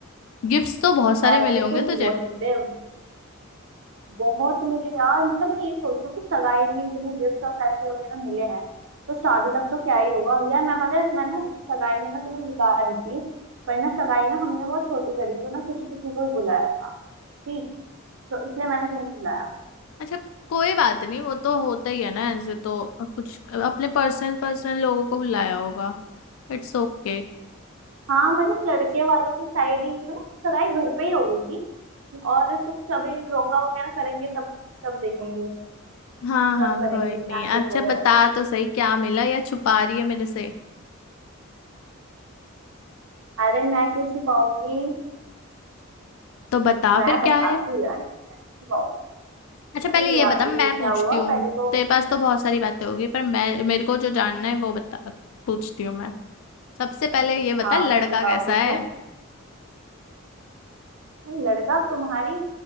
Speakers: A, on the left (about 75°); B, on the right (about 65°).
A: गिफ्ट्स तो बहुत सारे
B: पैसे
A: मिले होंगे
B: तो
A: तुझे
B: बहुत मिले बहुत मिले यार मतलब मैं ये सोचू कि सगाई में इतने गिफ्ट और पैसे वगैरह मिले हैं तो शादी तक तो क्या ही होगा यार मैं पता है मैं ना सगाई में ना तुम्हें बुला रही थी पर ना सगाई ना हमने बहुत छोटी करी तो ना किसी किसी को ही बुलाया था ठीक तो इसलिए मैंने तुम्हें नहीं बुलाया
A: अच्छा कोई बात नहीं वो तो होता ही है ना ऐसे तो कुछ अपने पर्सनल पर्सनल लोगों को बुलाया होगा It's okay
B: हाँ मतलब लड़के वालों की साइड ही मतलब सगाई घर पे ही हो गई थी और कुछ अभी रोका वगैरह करेंगे तब तब देखेंगे
A: हाँ हाँ
B: तब करेंगे
A: कोई नहीं
B: बैंकेट
A: अच्छा
B: वगैरह
A: बता
B: में
A: तो सही क्या मिला या छुपा रही है मेरे से
B: अरे मैं क्यों छुपाऊंगी
A: तो बता
B: मैं
A: फिर
B: बताती
A: क्या है
B: हूँ यार मैं छुपाऊंगी
A: अच्छा
B: अरे
A: पहले ये
B: यार
A: बता मैं
B: ये क्या
A: पूछती
B: हुआ
A: हूँ
B: पहले तो
A: तेरे पास तो बहुत सारी बातें होगी पर मैं मेरे को जो जानना है वो बता पूछती हूँ मैं सबसे पहले ये बता
B: हाँ
A: लड़का
B: बताओ
A: कैसा
B: पूछो
A: है
B: अरे लड़का तुम्हारी